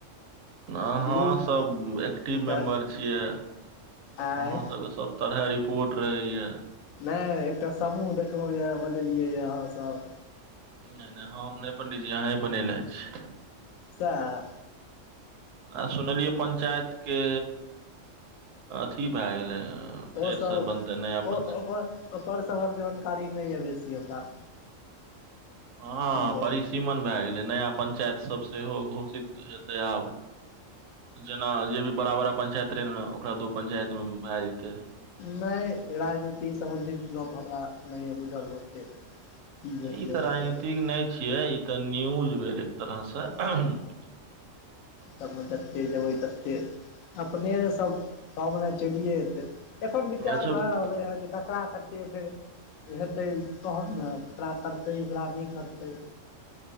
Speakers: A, on the right; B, on the left.
A: अहाँ
B: ग्रुप
A: सब एक्टिव
B: एकटा
A: मेम्बर छियै अहाँ
B: आँय
A: सबके सब तरह रिपोर्ट रहे ये
B: नहि एकटा समूह देखलहुँ ये बनेलियै यए अहाँसभ
A: नहि नहि हम नहि पण्डीजी अहीँ बनेने छी
B: सेह
A: आ सुनलियै पंचायत के अथी भए गेलै फेरसँ
B: ओसभ
A: बनतै नया पंच
B: ओ ओकर ओकरसभक जानकारी नहि यए बेसी हमरा
A: हँ
B: की भेल
A: परिसीमन भए गेलै नया पंचायत सब सेहो घोषित हेतै आब जेना जे भी बड़ा बड़ा पंचायत रहे ने ओकरा दू पंचायत मे भए जेतै
B: नहि राजनीति सम्बन्धित गप हमरा नहि यए बुझल ओतेक की
A: नहि
B: भेल
A: ई
B: यए
A: तऽ राजनीतिक
B: भेल
A: नहि छियै ई तऽ न्यूज भेल तरह से
B: नहिं
A: <unintelligible>
B: तबमे जतेक जेबै ततेक अपनेसभ पाममे चलिए जेतै एखन विचार
A: अच्छा
B: भए रहलें हें जे ककरा कतेक फेर हेतै तहन ने ककरा करतै एकरा नहि करतै